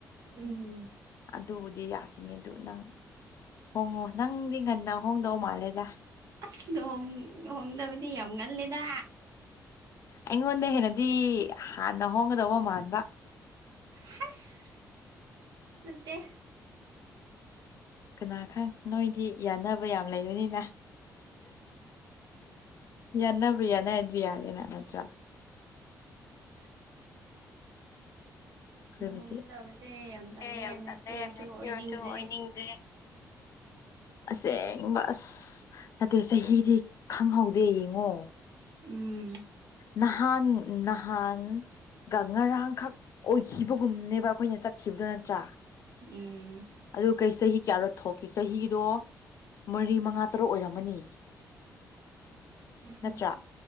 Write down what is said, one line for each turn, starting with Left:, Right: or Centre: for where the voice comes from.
Right: ꯎꯝ
Left: ꯑꯗꯨꯕꯨꯗꯤ ꯌꯥꯈꯤꯅꯤ ꯑꯗꯨ ꯅꯪ ꯍꯣꯡꯉꯣ ꯅꯪꯗꯤ ꯉꯟꯅ ꯍꯣꯡꯗꯧ ꯃꯥꯜꯂꯦꯗ
Right: ꯑꯁ ꯂꯨꯍꯣꯡ ꯂꯨꯍꯣꯡꯗꯕꯗꯤ ꯌꯥꯝ ꯉꯜꯂꯤꯗ
Left: ꯑꯩꯉꯣꯟꯗꯩ ꯍꯦꯟꯅꯗꯤ ꯍꯥꯟꯅ ꯍꯣꯡꯒꯗꯧꯕ ꯃꯥꯟꯕ
Right: ꯍꯩꯁ ꯅꯠꯇꯦ
Left: ꯀꯅꯥ ꯈꯪ ꯅꯣꯏꯗꯤ ꯌꯥꯟꯅꯕ ꯌꯥꯝ ꯂꯩꯕꯅꯤꯅ ꯌꯥꯅꯕꯨ ꯌꯥꯅꯔꯗꯤ ꯌꯥꯔꯦ ꯅ ꯍꯠꯇ꯭ꯔꯥ
Right: <unintelligible>
Left: <unintelligible>
Right: ꯂꯨꯍꯣꯡꯒꯗꯕꯁꯦ
Left: ꯑꯦ ꯌꯥꯝ
Right: ꯃꯦꯆꯤꯌꯣꯔꯁꯨ
Left: ꯇꯜꯂꯦ ꯃꯦꯌꯣꯔꯁꯨ
Right: ꯑꯣꯏꯅꯤꯡꯗ꯭ꯔꯦ
Left: ꯑꯣꯏꯅꯤꯡꯗ꯭ꯔꯤ ꯑꯁꯦꯡꯕ ꯑꯁ ꯅꯠꯇꯦ ꯆꯍꯤꯗꯤ ꯈꯪꯍꯧꯗꯦ ꯌꯦꯡꯉꯣ
Right: ꯎꯝ
Left: ꯅꯍꯥꯟ ꯅꯍꯥꯟ ꯉꯔꯥꯡꯈꯛ ꯑꯣꯏꯈꯤꯕꯒꯨꯝꯅꯦꯕ ꯑꯩꯈꯣꯏꯅ ꯆꯠꯈꯤꯕꯗꯣ ꯅꯠꯇ꯭ꯔꯥ
Right: ꯎꯝ
Left: ꯑꯗꯨ ꯀꯩ ꯆꯍꯤ ꯀꯌꯥꯔꯣ ꯊꯣꯛꯀꯦ ꯆꯍꯤꯗꯣ ꯃꯔꯤ ꯃꯉꯥ ꯇꯔꯨꯛ ꯑꯣꯏꯔꯝꯃꯅꯤ
Right: <unintelligible>
Left: ꯅꯠꯇ꯭ꯔꯥ